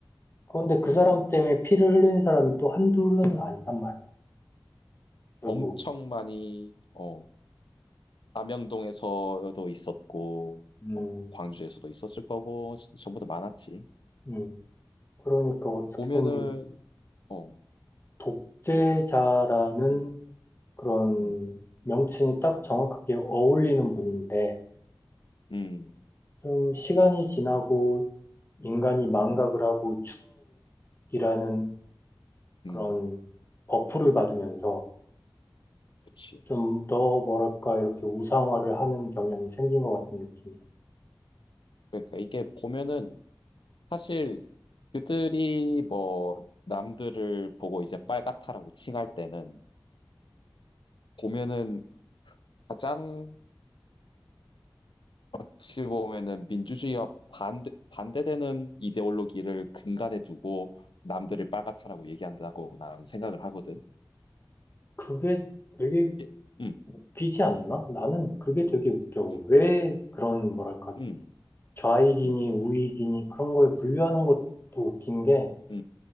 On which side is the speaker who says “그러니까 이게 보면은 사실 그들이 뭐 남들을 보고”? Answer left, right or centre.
Left